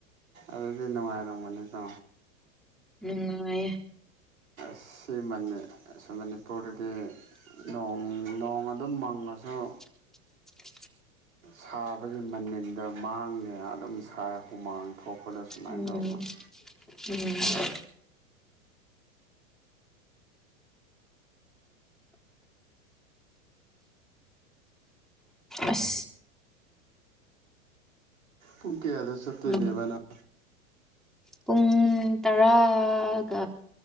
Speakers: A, on the right; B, in the centre.
A: ꯑꯗꯨꯗꯤ ꯅꯨꯡꯉꯥꯏꯔꯝꯒꯅꯤꯀꯣ
B: ꯎꯝ ꯅꯨꯡꯉꯦꯌꯦ
A: ꯁꯤꯃꯅꯤ ꯑꯁꯣꯝ ꯃꯅꯤꯄꯨꯔꯗꯗꯤ ꯅꯣꯡ ꯅꯣꯡ ꯑꯗꯨꯝ ꯃꯪꯉꯁꯨ
B: <inaudible>
A: ꯁꯥꯕꯒꯤ ꯃꯅꯤꯜꯗꯣ ꯃꯥꯡꯗꯦ ꯑꯗꯨꯝ ꯁꯥꯏ ꯍꯨꯃꯥꯡ ꯊꯣꯛꯄꯗ ꯁꯨꯃꯥꯏꯅ
B: ꯎꯝ
A: ꯇꯧꯕꯅꯦ
B: ꯎꯝ ꯑꯁ
A: ꯄꯨꯡ ꯀ꯭ꯌꯥꯗ ꯆꯠꯇꯣꯢꯅꯦꯕ
B: ꯎꯝ
A: ꯅꯪ
B: ꯄꯨꯡ ꯇꯔꯥ ꯒ